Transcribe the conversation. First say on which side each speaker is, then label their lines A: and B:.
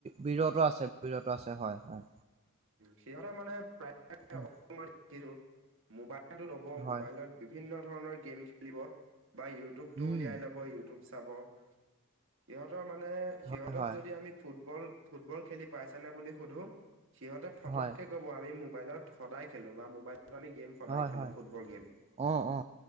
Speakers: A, on the right (about 30°); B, on the right (about 65°).
A: বিৰত আছে বিৰত আছে হয় হয়।
B: সিহঁতে মানে প্ৰায়
A: উম,
B: মোবাইলটো ল'ব
A: হয়
B: মোবাইলত। বিভিন্ন ধৰণৰ গেম খেলিব, বা ইউটিউবটো
A: উম
B: উলিয়াই ল'ব ইউটিউব চাব। সিহঁতৰ মানে
A: হয়
B: সিহঁতক
A: হয়
B: যদি আমি ফুটবল ফুটবল খেলি পাইছনে বুলি সুধো। সিহঁতে ফটককে
A: হয়
B: ক'ব আমি মোবাইলত সদায় খেলো, বা মোবাইলত আমি গেম। সদায়
A: হয়
B: খেলো
A: হয়
B: ফুটবল গেম,
A: অ অ